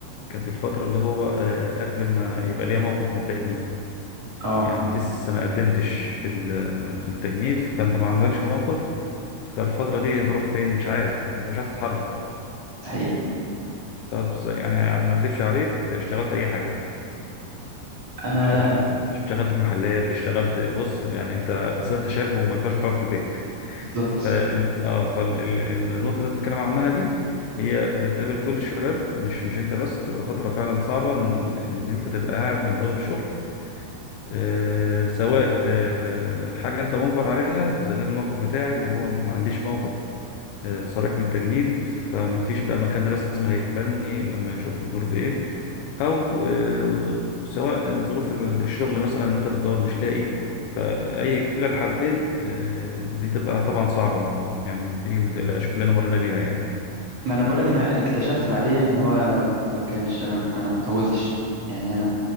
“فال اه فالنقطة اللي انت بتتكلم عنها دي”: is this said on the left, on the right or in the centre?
Left